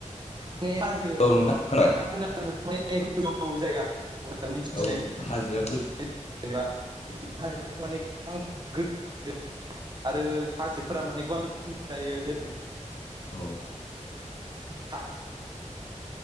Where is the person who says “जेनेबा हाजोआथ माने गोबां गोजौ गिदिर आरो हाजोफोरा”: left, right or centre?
Right